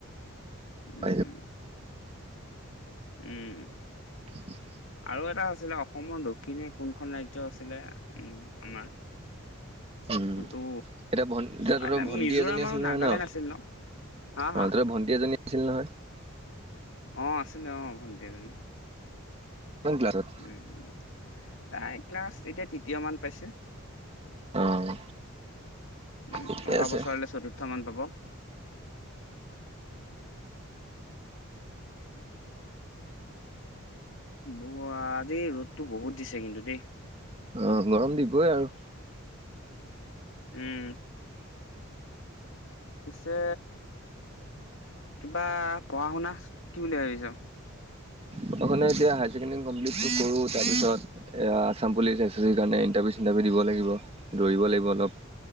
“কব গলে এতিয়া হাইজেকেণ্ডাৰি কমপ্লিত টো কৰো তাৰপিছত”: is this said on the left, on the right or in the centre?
Right